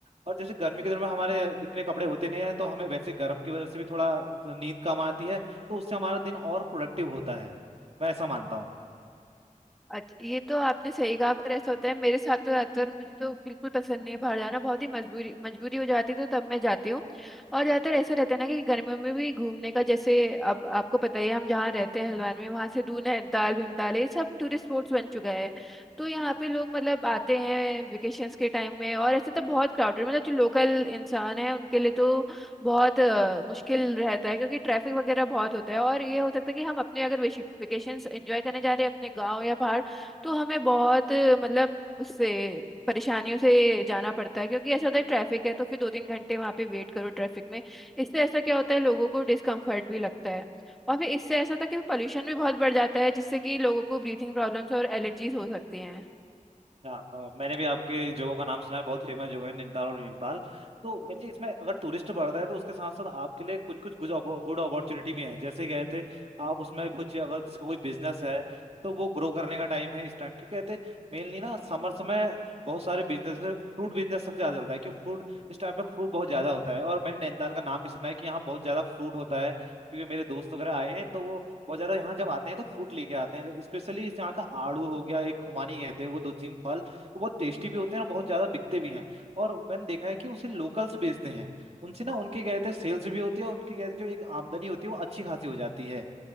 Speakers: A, on the right; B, in the centre.
A: और जैसे गर्मी के दिनों में हमारे इतने कपड़े होते नहीं है तो हमें वैसे गर्म की वजह से भी थोड़ा नींद कम आती है तो उससे हमारा दिन और प्रोडक्टिव होता है मैं ऐसा मानता हूँ
B: अच्छा ये तो आपने सही कहा पर ऐसा होता है मेरे साथ तो ज्यादातर मुझे तो बिल्कुल पसंद नहीं है बाहर जाना बहुत ही मजबूरी मजबूरी हो जाती है तो तब मैं जाती हूँ और ज्यादातर ऐसा रहता है ना कि गर्मियों में भी घूमने का जैसे अब आपको पता ही है हम जहाँ रहते हैं हल्द्वानी में वहाँ से दून है नैनीताल भीमताल ये सब टूरिस्ट स्पॉट्स बन चुका है तो यहाँ पे लोग मतलब आते हैं वेकेशंस के टाइम में और ऐसे तो बहुत क्राउडेड मतलब जो लोकल इंसान है उनके लिए तो बहुत अ, मुश्किल रहता है क्योंकि ट्रैफिक वगैरह बहुत होता है और ये हो सकता है कि हम अपने अगर वेकेशंस एंजॉय करने जा रहे हैं अपने गाँव या बाहर तो हमें बहुत मतलब उससे परेशानियों से जाना पड़ता है क्योंकि ऐसा होता है ट्रैफिक है तो फिर दो तीन घंटे वहां पे वेट करो ट्रैफिक में इससे ऐसा क्या होता है लोगों को डिस्कम्फर्ट भी लगता है और फिर इससे ऐसा होता है कि पोल्यूशन भी बहुत बढ़ जाता है जिससे कि लोगों को ब्रीथिंग प्रॉब्लम्स और एलर्जीज हो सकती हैं
A: हाँ, अ, मैंने भी आपके जगहों का नाम सुना है बहुत फेमस जगह है नैनीताल और भीमताल तो मुझे इसमें अगर टूरिस्ट बढ़ता है तो उसके साथ साथ आपके लिए कुछ कुछ गुड गुड अपॉर्चुनिटी भी हैं जैसे कहते हैं आप उसमें कुछ अगर किसी का कोई बिजनेस है तो वो ग्रो करने का टाइम है इस टाइम क्योंकि कहते हैं मेनली ना समर समय बहुत सारे बिजनेस फ्रूट बिजनेस सबसे ज्यादा चलता है क्योंकि फ्रूट इस टाइम पे फ्रूट बहुत ज्यादा होता है और मैंने नैनीताल का नाम भी सुना है कि यहाँ बहुत ज्यादा फ्रूट होता है क्योंकि मेरे दोस्त वगैरह आए हैं तो वो बहुत ज्यादा यहाँ जब आते हैं तो फ्रूट लेके आते हैं स्पेशली इस यहाँ का आड़ू हो गया एक खुमानी कहते हैं वो दो तीन फल वो बहुत टेस्टी भी होते हैं और बहुत ज्यादा बिकते भी हैं और मैंने देखा है कि उसे लोकल्स बेचते हैं उनसे ना उनके कहते हैं सेल्स भी होती है उनके कहते हैं जो एक आमदनी होती है वो अच्छी खासी हो जाती है